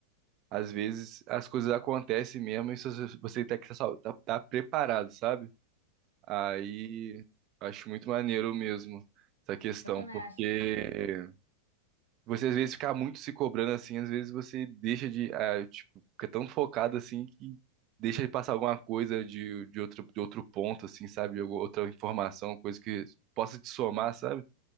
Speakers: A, on the right; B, on the left.
A: às vezes, as coisas acontecem mesmo e se você você tem que estar tá, tá preparado, sabe? Aí acho muito maneiro mesmo essa questão,
B: Eu também
A: porque
B: acho.
A: você às vezes fica muito se cobrando assim, às vezes você deixa de, ah, tipo, fica tão focado assim que deixa de passar alguma coisa de, de outro, de outro ponto, assim, sabe? Ou Outra informação, coisa que possa te somar, sabe?